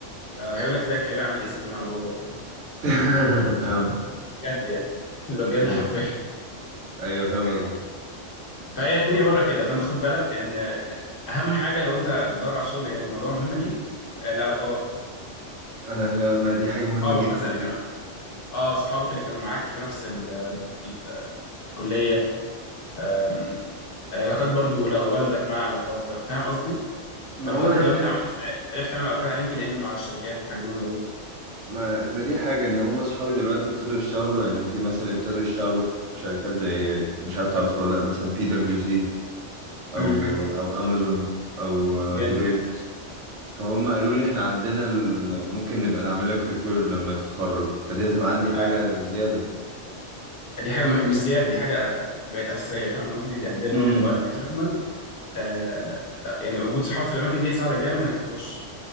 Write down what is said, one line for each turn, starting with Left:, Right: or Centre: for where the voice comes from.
Left: آه، هيقول لك ازيك حبيبي عامل ايه سلمنا على بابا وكده
Right: <laughs> اه
Left: بجد يعني <laughs> ده بجد
Right: ايوه
Left: حرفيا
Right: ايوه فاهم قصدك
Left: فهي الدنيا بره كده فانت خد بالك ان اهم حاجه لو انت بتدور على الشغل يعني الموضوع مهم ليك آه، العلاقات
Right: انا ما دي حاجه مهمه
Left: صحابك
Right: جدا
Left: مثلا اللي
Right: جدا
Left: كانوا اه صحابك اللي كانوا معاك في نفس ال... ال- الكليه آم، علاقات برضو لو والدك مع علاقات لو فاهم قصدي
Right: ما
Left: علاقاتك
Right: هو ده
Left: لو انت عملت عرفت تعمل علاقات على لينكد ان مع الشركات حاجه جامده برضه
Right: ما, ما دي حاجه ان هم اصحابي دلوقتي ابتدوا يشتغلوا يعني في مثلا ابتدوا يشتغلوا في شركات زي مش عارف تعرفها ولا لا مثلا بي دبليو سي او
Left: امم
Right: او امازون او
Left: جامد
Right: ديلويت فهم قالوا لي احنا عندنا ال... ممكن نبقى نعمل لك ريفير لما تتخرج فدي هتبقى عندي حاجة
Left: آه،
Right: زيادة
Left: دي حاجه مه... مش زياده دي حاجه بقت اساسيه فاهم قصدي يعني دي النقطه
Right: امم
Left: بقى انك لازما آه لا يعني وجود صحابك في الاماكن دي هيساعدك جامد انك تخش